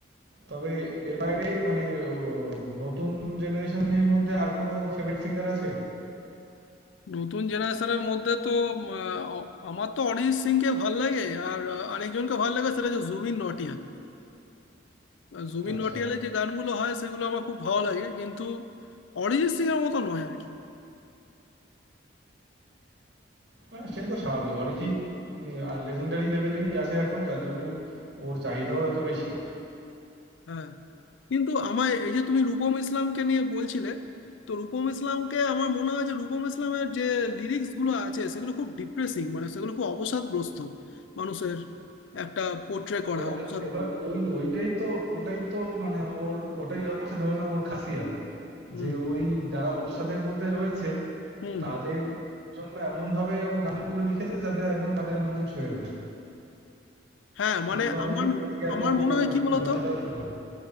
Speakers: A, on the right; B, on the left.
A: তবে এর বাইরে মানে ও, নতুন জেনারেশনের মধ্যে আর কোনো ফেভারিট সিঙ্গার আছে
B: নতুন জেনারেশনের মধ্যে তো উম, আহ, আমার তো অরিজিৎ সিংকে ভাল লাগে আর আহ, আরেকজনকে ভাল লাগে সেটা হচ্ছে জুবিন নটিয়াল জুবিন
A: আচ্ছা
B: নটিয়ালের যে গানগুলো হয় সেগুলো আমার খুব ভালো লাগে কিন্তু অরিজিৎ সিং এর মতো নয় আর কি
A: হ্যাঁ সে তো স্বাভাবিক অরিজিৎ উম, আর লেজেন্ডারি লেভেলেই আছে এখন যার জন্যই ওর চাহিদাও এত বেশি
B: হ্যাঁ কিন্তু আমার এই যে তুমি রূপম ইসলামকে নিয়ে বলছিলে তো রূপম ইসলামকে আমার মনে হয় যে রূপম ইসলামের যে লিরিক্সগুলো আছে সেগুলো খুব ডিপ্রেসিং মানে সেগুলো খুব অবসাদগ্রস্ত মানুষের একটা পোট্রে করা
A: এবার
B: অবসাদ
A: এবার ওই ওইটাই তো ওটাই তো মানে ওর ওটাই হচ্ছে ধরে নাও ওর খাসিয়াত
B: হুম
A: যে ওই যারা অবসাদের মধ্যে রয়েছে
B: হুম
A: তাদের
B: হুম
A: জন্য এমন ভাবে ও গানগুলো লিখেছে যাতে একদম তাদের মন ছুঁয়ে যায়
B: হ্যাঁ মানে
A: ওই কারণেই
B: আমার
A: আজকে এত
B: আমার মনে
A: মানে
B: হয় কি বলতো
A: জনতার ভিড়